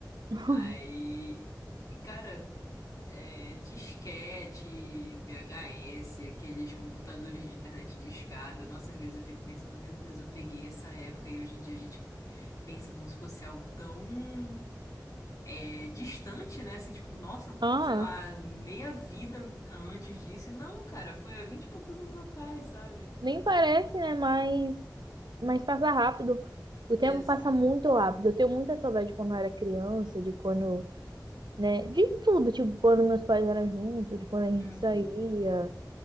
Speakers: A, on the right (about 75°); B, on the left (about 50°).
A: <laughs>
B: Aí, cara, é, disquete, VHS, aqueles computadores de internet discada. Nossa, às vezes eu fico pensando, meu Deus, eu peguei essa época e hoje em dia a gente pensa como se fosse algo tão é, distante, né? Assim, tipo, nossa,
A: Ah,
B: sei lá, meia vida an- antes disso. E Não, cara, foi há vinte e poucos anos atrás, sabe?
A: nem parece, né? Mas, mas passa rápido. O tempo
B: Exato.
A: passa muito rápido. Eu tenho muita saudade de quando eu era criança, de quando, né? De tudo, tipo, quando meus pais eram juntos, de quando a gente
B: Uhum,
A: saía.